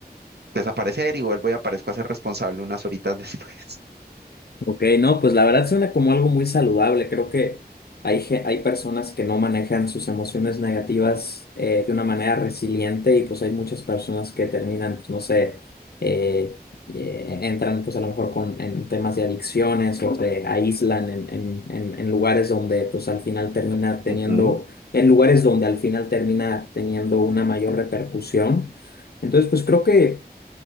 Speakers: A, on the right; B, on the left.
A: desaparecer y vuelvo y aparezco a ser responsable unas horitas <laughs> después.
B: Ok, no, pues la verdad suena como algo muy saludable. Creo que hay, ge- hay personas que no manejan sus emociones negativas eh, de una manera resiliente y pues hay muchas personas que terminan, pues no sé, eh, eh, entran pues a lo mejor con, en temas de adicciones o se aíslan en, en, en, en lugares donde pues al final termina teniendo,
A: Ujú.
B: en lugares donde al final termina teniendo una mayor repercusión. Entonces, pues creo que